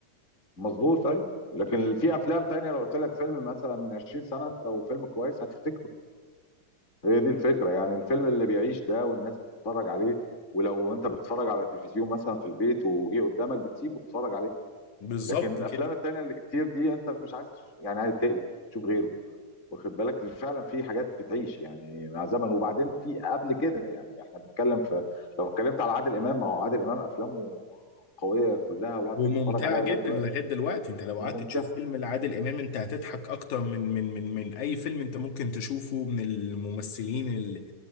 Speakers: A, on the left (about 30°); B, on the left (about 70°).
A: مظبوط ايوه لكن في افلام تانية لو قلت لك فيلم مثلا من 20 سنه او فيلم كويس هتفتكره هي دي الفكرة يعني الفيلم اللي بيعيش ده والناس بتتفرج عليه ولو انت بتتفرج على تلفزيون مثلا في البيت وجه قدامك بتسيب وتتفرج عليه
B: بالظبط
A: لكن الافلام
B: كده
A: التانية اللي كتير دي انت مش عايز تش- يعني عايز تقلب تشوف غيره واخد بالك فعلا في حاجات بتعيش يعني مع زمن وبعدين في قبل كده يعني احنا بنتكلم في لو اتكلمت على عادل امام ما هو عادل امام افلامه قوية كلها والواحد
B: وممتعه
A: بيحب يتفرج عليها
B: جدا
A: لغاية دلوقتي
B: لغايه دلوقتي انت لو
A: وممتع
B: قعدت تشوف فيلم لعادل امام انت هتضحك اكتر من من من من اي فيلم انت ممكن تشوفه من الممثلين